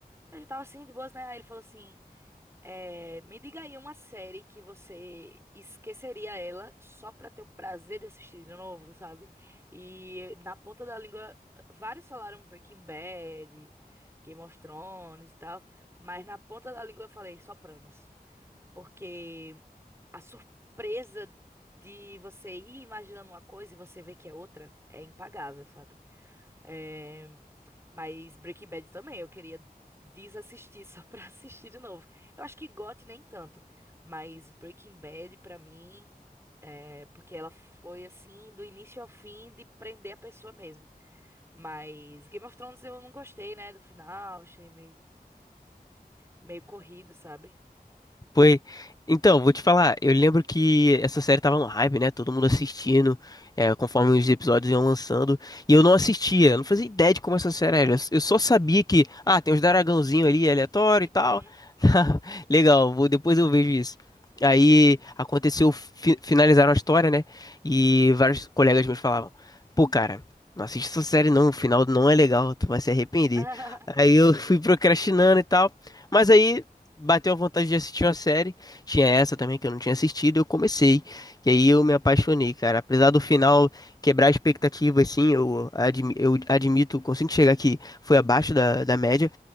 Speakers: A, on the right; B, on the left.
A: Eu já tava assim, de boas, né? Aí ele falou assim: é, me diga aí uma série que você esqueceria ela só pra ter o prazer de assistir de novo, sabe? E na ponta da língua, vários falaram Breaking Bad, Game of Thrones e tal, mas na ponta da língua eu falei Sopranos, porque a surpresa de você ir imaginando uma coisa e você ver que é outra é impagável, sabe? É, mas Breaking Bad também, eu queria desassistir só pra <laughs> assistir de novo. Eu acho que GOT nem tanto, mas Breaking Bad pra mim é porque ela foi assim do início ao fim de prender a pessoa mesmo. Mas Game of Thrones eu não gostei, né, do final, achei meio meio corrido, sabe?
B: Foi. Então, vou te falar, eu lembro que essa série tava no hype, né? Todo mundo assistindo, é, conforme os episódios iam lançando. E eu não assistia, eu não fazia ideia de como essa série era. Eu só sabia que, ah, tem uns dragãozinhos ali aleatório e tal.
A: Uhum.
B: <laughs> Legal, vou, depois eu vejo isso. Aí aconteceu, fi- finalizaram a história, né? E vários colegas meus falavam: Pô, cara, não assiste essa série não, o final não é legal, tu vai se arrepender.
A: <laughs>
B: Aí eu fui procrastinando e tal. Mas aí bateu a vontade de assistir uma série. Tinha essa também que eu não tinha assistido, eu comecei. E aí eu me apaixonei, cara. Apesar do final quebrar a expectativa, assim, eu, admi- eu admito, consigo chegar que foi abaixo da, da média.